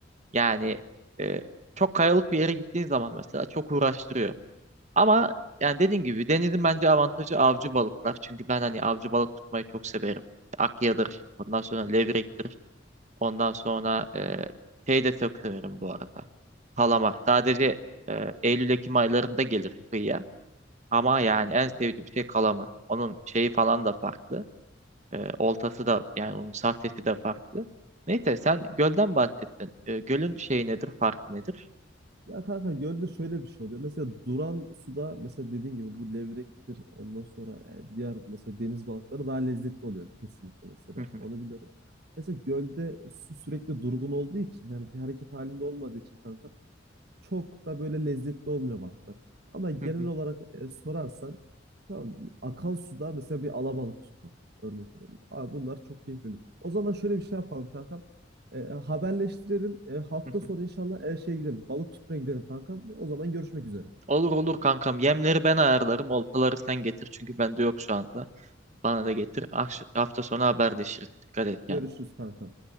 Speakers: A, on the right (about 40°); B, on the right (about 60°).
A: Yani e, çok kayalık bir yere gittiğin zaman mesela çok uğraştırıyor. Ama yani dediğim gibi denizin bence avantajı avcı balıklar. Çünkü ben hani avcı balık tutmayı çok severim. İşte Akya'dır, ondan sonra levrektir. Ondan sonra e, şey de çok severim bu arada. Kalamar. Sadece e, Eylül-Ekim aylarında gelir kıyıya. Ama yani
B: Anladım.
A: en sevdiğim şey kalamar. Onun şeyi falan da farklı. E, oltası da yani onun sahtesi de farklı. Neyse sen gölden bahsettin. E, gölün şeyi nedir, farkı nedir?
B: Ya kanka gölde şöyle bir şey oluyor. Mesela duran suda mesela dediğin gibi bu levrektir. Ondan sonra e, diğer mesela deniz balıkları daha lezzetli oluyor kesinlikle mesela.
A: Hı hı,
B: Onu biliyorum. Mesela gölde su sürekli durgun olduğu için yani bir hareket halinde olmadığı için kanka çok da böyle lezzetli olmuyor balıklar. Ama genel
A: hı hı,
B: olarak e, sorarsan tamam mı? akan suda mesela bir alabalık tutmak örnek veriyorum. Abi bunlar çok keyifli. O zaman şöyle bir şey yapalım kankam. E, haberleştirelim. E, hafta
A: hı hı.
B: sonu inşallah e, şey gidelim. Balık tutmaya gidelim kankam. O zaman görüşmek üzere.
A: Olur olur kankam. Yemleri ben ayarlarım. Oltaları sen getir çünkü bende yok şu anda. Bana da getir. Akş- Hafta sonu haberleşiriz. Dikkat et kendine.
B: Görüşürüz kankam.